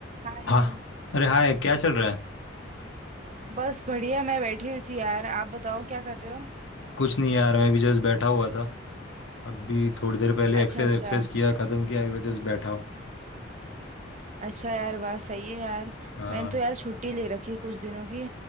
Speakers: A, on the right (about 35°); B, on the left (about 85°).
A: हाँ ये
B: हाँ अरे हाय क्या चल रहा है
A: बस बढ़िया मैं बैठी हुई थी यार आप बताओ क्या कर रहे हो
B: कुछ नहीं यार मैं भी जस्ट बैठा हुआ था अभी थोड़ी देर पहले
A: अच्छा
B: एक्सरसाइज
A: अच्छा
B: एक्सरसाइज किया ख़त्म किया अभी जस्ट बैठा हूँ
A: अच्छा यार वाह सही है यार
B: हाँ
A: मैंने तो यार छुट्टी ले रखी है कुछ दिनों की